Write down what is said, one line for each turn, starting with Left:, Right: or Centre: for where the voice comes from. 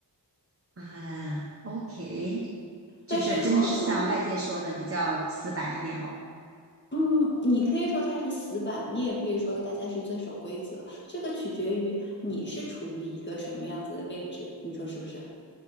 Right: 啊，OK，
Left: 但是好处呢
Right: 就是真的是像外界说的比较死板一点哦。
Left: 嗯，你可以说它是死板，你也可以说大家是遵守规则，这个取决于你是处于一个什么样子的位置，你说是不是？